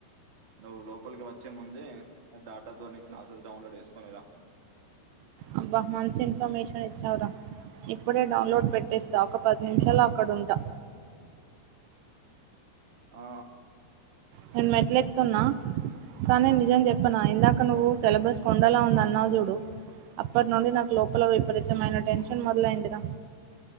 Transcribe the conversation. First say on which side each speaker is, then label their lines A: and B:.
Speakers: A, on the right; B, on the right.
A: నువ్వు లోపలికిి వచ్చే ముందే డాటాతోని క్లాసెస్ డౌన్లోడ్ చేసుకొని ర
B: అబ్బా మంచి ఇన్ఫర్మేషన్ ఇచ్చావ్ రా ఇప్పుడే డౌన్లోడ్ పెట్టేస్తా ఒక పది నిమిషాళ్ళో అక్కడుంటా
A: ఆ
B: నేను మెట్లెక్తుతున్నా కానీ నిజం
A: హ్మ్
B: చెప్పనా ఇందాక నువ్ సేలబస్ కొండలా ఉంది అన్నావ్ జుడు అప్పటి నుండి నాకు లోపల విపరీతమైన టెన్షన్ మొదలైంది రా